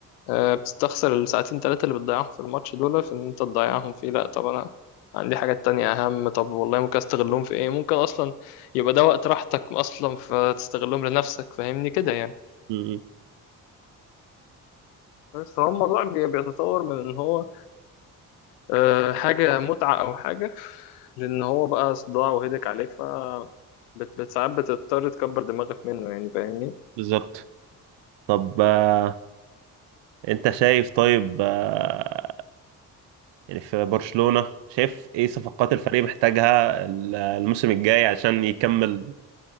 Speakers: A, on the left (about 85°); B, on the right (about 65°).
A: آه، بتستخسر الساعتين تلاتة اللي بتضيعهم في الماتش دول في إن أنت تضيعهم فيه لأ طب أنا عندي حاجات تانية أهم طب والله ممكن أستغلهم في إيه ممكن أصلا يبقى ده وقت راحتك أصلا فتستغلهم لنفسك فاهمني كده يعني
B: مم.
A: بس هو الموضوع بي- بيتطور من إن هو آه، حاجة متعة أو حاجة لأن هو بقى صداع وهدك عليك ف بت- بت- ساعات بتضطر تكبر دماغك منه يعني فاهمني؟
B: بالظبط طب آه، انت شايف طيب آه، يعني في برشلونة شايف ايه صفقات الفريق محتاجها ال- الموسم الجاي عشان يكمل